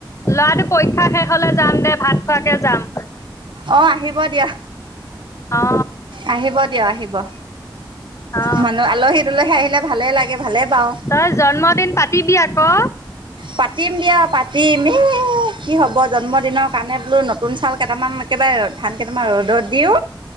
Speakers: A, on the left; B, on the right.
A: ল'ৰাটো পৰীক্ষা শেষ হলে যাম দে ভাত খোৱাকে যাম
B: অ আহিব দিয়া
A: অ
B: আহিব দিয়া আহিব বা
A: অ
B: মানুহ আলহী দুলহী আহিলে ভালে লাগে কে ভালে পাওঁ।
A: তই জন্মদিন পাতিবি আকৌ।
B: পাতিম দিয়া পা। কি ইনে কি হ'ব জন্মদিনৰ কাৰণে বোলো নতুন চাউল কেইটামান একেবাৰে ধান কেইটামান ৰ'দত দিও।